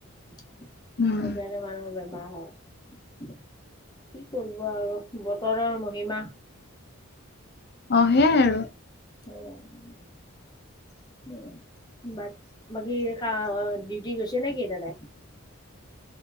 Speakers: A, on the left (about 20°); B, on the left (about 50°).
A: সেইকাৰনে
B: উম
A: মানুহৰ বেমাৰ হয়। কি কৰিব আৰু বতৰৰ মহিমা।
B: অ' সেইয়াই আৰু।
A: <unintelligible> <unintelligible> বাকী কা ডিউটি গৈছে নেকি দাদাই?